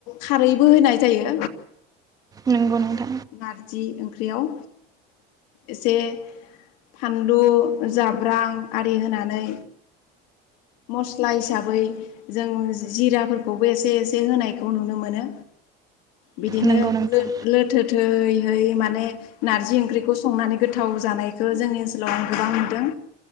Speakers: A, on the left; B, on the right.
A: खारैबो होनाय जायो।
B: नंगौ नोंथा
A: नारजि ओंख्रियाव एसे फानलु जाब्रां आरि होनानै मस्ला हिसाबै जों जिराफोरखौबो एसे एसे होनायखौ नुनो मोनो। बिदिनो
B: नंगौ नोंथां
A: लो लोथो होयै होयै माने नारजि ओंख्रिखौ संनानै गोथाव जानायखौ जोंनि ओनसोलाव आं गोबां नुदों।